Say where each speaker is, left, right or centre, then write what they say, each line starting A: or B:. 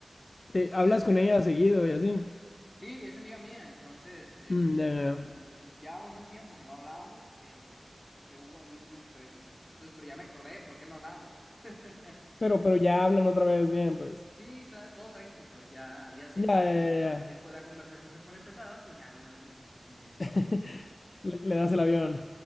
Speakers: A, on the left; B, on the left.
A: Eh,
B: Entonces,
A: hablas con ella seguido y así.
B: sí, es amiga mía. Entonces, eh,
A: Mm, ya, ya,
B: eh,
A: ya.
B: entonces sí, llevábamos un tiempo que no hablábamos, eh, porque hubo ahí unas diferencias. Entonces, pero ya me acordé por qué no hablábamos, pues. <laughs>
A: Pero, pero ya hablan otra vez bien, pues.
B: Sí, tra- todo tranqui, pues ya, ya sé
A: Ya,
B: que cuando
A: ya,
B: la,
A: ya.
B: el- la conversación se pone pesada, pues ya nomás me, me, me
A: ya.
B: quito,
A: <laughs>
B: pues.
A: Le, le das el avión.